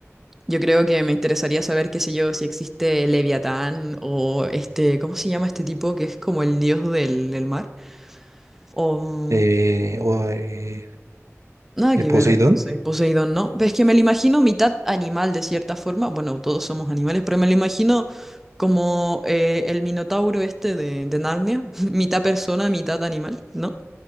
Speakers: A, in the centre; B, on the right.
A: yo creo que me interesaría saber, qué sé yo, si existe Leviatán o este, ¿cómo se llama este tipo que es como el dios del, del mar? O
B: Eh, o, eh,
A: nada
B: eh,
A: que
B: Poseidón.
A: ver entonces, Poseidón, ¿no? Pues Es que me lo imagino mitad animal de cierta forma, bueno, todos somos animales, pero me lo imagino como eh, el Minotauro este de, de Narnia, <laughs> mitad persona, mitad animal, ¿no?